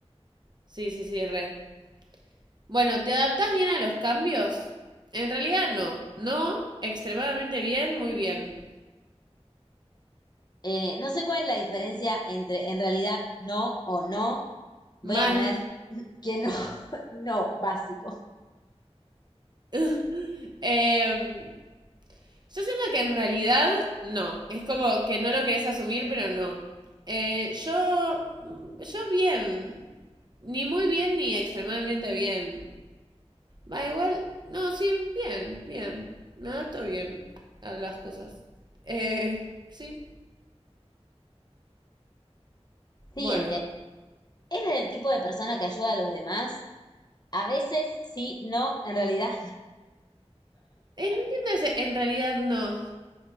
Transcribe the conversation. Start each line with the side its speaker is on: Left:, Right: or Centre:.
Right: Sí, sí, sí, re. Bueno, ¿te adaptás bien a los cambios? En realidad no. No, extremadamente bien, muy bien.
Left: Eh, no sé cuál es la diferencia entre en realidad no o no. Voy
Right: Mal.
Left: a poner que no, <laughs> no, básico.
Right: <laughs> Em, Yo siento que en realidad no. Es como que no lo querés asumir, pero no. Eh, yo, yo bien. Ni muy bien ni extremadamente bien. Va igual. No, sí, bien, bien. Me adapto bien a las cosas. Eh, sí,
Left: Siguiente.
Right: bueno.
Left: ¿Eres el tipo de persona que ayuda a los demás? A veces sí, no, en realidad
Right: Eh, no entiendo ese. En realidad no.